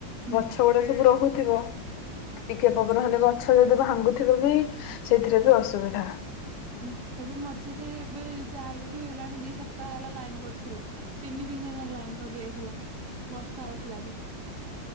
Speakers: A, on the right; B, on the left.
A: ହୁଁ
B: ଗଛ ଗୁଡା ସବୁ ରହୁଥିବ। କି ପବନ ହେଲେ ଗଛ ଯଦି ଭାଙ୍ଗୁଥିବ ବି ସେଥିରେ ବି ଅସୁବିଧା।
A: ହୁଁ ଏବେ ମଝିରେ ଏବେ ଯାହା ହେେଲେ ବି ହେଇଗଲାଣି ଦି ସପ୍ତାହ ହେଲା ଲାଇନ କଟିଥିଲା ତିନି ଦିନ ହେ ଲାଇନ୍ କଟି ଯାଇଥିଲା ବର୍ଷା ହେଇଥିଲା ଯେ